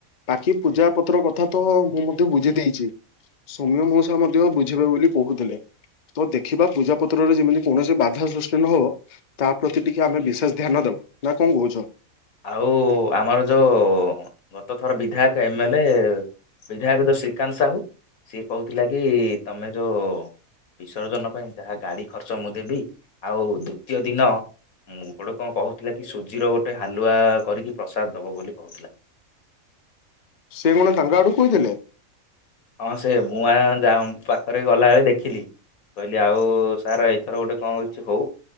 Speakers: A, on the left; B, on the left.
A: ବାକି ପୂଜା ପତ୍ର କଥା ତ ମୁଁ ମଧ୍ୟ ବୁଝି ଦେଇଛି। ସୌମ୍ୟ ମଉସା ମଧ୍ୟ ବୁଝିବେ ବୋଲି କହୁଥିଲେ‌। ତ ଦେଖିବା ପୂଜା ପତ୍ରରେ ଯେମିତି କୌଣସି ବାଧା ସୃଷ୍ଟି ନହବ ତା ପ୍ରତି ଟିକେ ଆମେ ବିଶେଷ ଧ୍ୟାନ ଦବୁ। ନା କଣ କହୁ
B: ଆଉ ଆମର ଯୋଉ ଗତ ଥର ବିଧାୟକ ଏମ୍ଏଲେ ବିଧାୟକ ଯୋଉ ଶ୍ରୀକାନ୍ତ ସାହୁ ସିଏ କହୁଥିଲା କି ତମେ ଯୋଉ ବିସର୍ଜନ ପାଇଁ ଯାହା ଗାଡ଼ି ଖର୍ଚ୍ଚ ମୁଁ ଦେବି ଆଉ ଦ୍ଵିତୀୟ ଦିନ ମୁଁ ଗୋଟେ କଣ କହୁଥିଲା କି ସୁଜିର ଗୋଟେ ହାଲୁଆ କରିକି ପ୍ରସାଦ ଦେବ ବୋଲି କହୁଥିଲା।
A: ସେ କଣ ତାଙ୍କ ଆଡ଼ୁ କହିଥିଲେ?
B: ହଁ ସେ ମୁଁ ଆ ଯା ପାଖରେ ଗଲାବେଳେ ଦେଖିଲି। କହିଲି ଆଉ ସାରେ ଏଇଥର ଗୋଟେ କଣ ହଉଛି ହଉ।